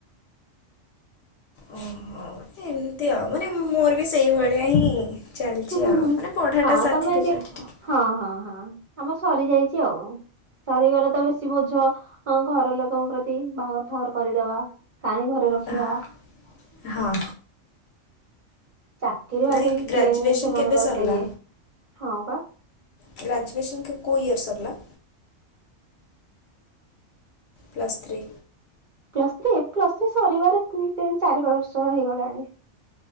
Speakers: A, on the left (about 60°); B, on the right (about 50°).
A: ଓହୋ ମାନେ ଏମତି ଆଉ ମାନେ ମୋର ବି ସେଇଭଳିଆ ହିଁ ଚାଲିଛି
B: ହୁଁ ହୁଁ
A: ଆଉ
B: ହୁଁ
A: ମାନେ ପଢ଼ାଟା
B: ହଁ
A: ସାଥିରେ
B: ତମେ
A: ଚାଲିଛି ଟିକେ
B: ହଁ ହଁ ହଁ ଆମ ସରି ଯାଇଛି ଆଉ ସରିଗଲେ ତ ବେଶୀ ବୋଝ ହଁ ଘର ଲୋକଙ୍କ ପ୍ରତି ବାହାଘର ଫାଘର କରିଦବା କାହିଁ ରଖିବା
A: ହଁ ହଁ
B: ଚାକିରିୀ
A: ମାନେ
B: ବାକିରି
A: ଗ୍ରାଜୁଏସନ୍
B: କିଏ ସେମାନଙ୍କର
A: କେବେ ସରିଲା?
B: ତ ଇଏ ହଁ ପା
A: ଗ୍ରାଜୁଏସନ୍ କି କେବଉ ଇୟର ସରିଲା। Plus three
B: plus three plus three ସରିବାରେ ତିନି ଚାରି ବର୍ଷ ହେଇଗଲାଣି।